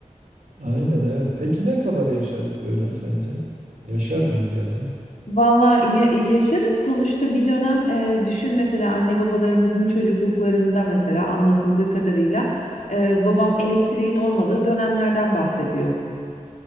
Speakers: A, on the right (about 85°); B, on the left (about 70°).
A: Aynen evet. Peki ne kadar yaşarız böyle sence? Yaşar mıyız ya da?
B: Valla ya- e, yaşarız sonuçta bir dönem e, düşün mesela anne babalarımızın çocukluklarında mesela anlatıldığı kadarıyla e, babam elektriğin olmadığı dönemlerden bahsediyor.